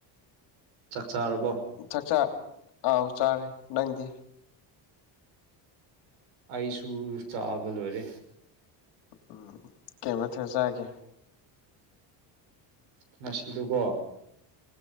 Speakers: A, on the right; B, on the left.
A: ꯆꯥꯛ ꯆꯥꯔꯕꯣ
B: ꯆꯥꯛ ꯆꯥꯥ ꯑꯥꯎ ꯆꯥꯔꯦ ꯅꯪꯗꯤ
A: ꯑꯩꯁꯨ ꯆꯥꯕ ꯂꯣꯏꯔꯦ
B: ꯎꯝ ꯀꯩ ꯃꯊꯦꯜ ꯆꯥꯒꯦ
A: ꯉꯁꯤꯗꯨꯀꯣ